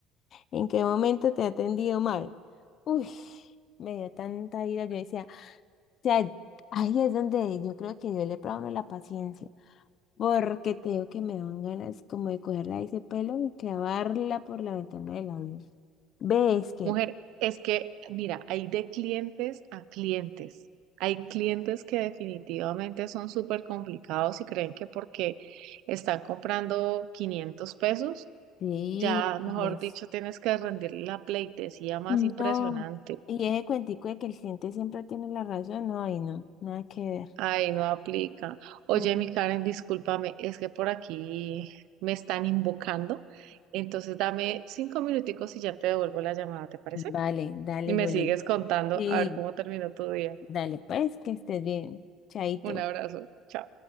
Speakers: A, on the left (about 35°); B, on the right (about 60°).
A: ¿en qué momento te he atendido mal? Uy, me dio tanta ira. Yo decía, sea, ahí es donde yo creo que yo le pruebo a uno la paciencia, porque te digo que me dan ganas como de cogerla de ese pelo y clavarla por la ventana del avión. ¿Ves que?
B: Mujer, es que, mira, hay de clientes a clientes. Hay clientes que definitivamente son súper complicados y creen que porque están comprando 500 pesos
A: Sí,
B: Ya, mejor
A: y es.
B: dicho, tienes que rendirle la pleitesía más
A: No.
B: impresionante.
A: Y ese cuentico de que el cliente siempre tiene la razón, no, ahí no, nada que ver.
B: Ay, no aplica. Oye,
A: Mm.
B: mi Karen, discúlpame, es que por aquí me están invocando. Entonces dame cinco minuticos y ya te devuelvo la llamada, ¿te parece?
A: Vale, dale,
B: Y me
A: Juli.
B: sigues contando
A: Sí,
B: a ver cómo terminó tu día.
A: dale, pues, que estés bien. Chaito.
B: Un abrazo. chao.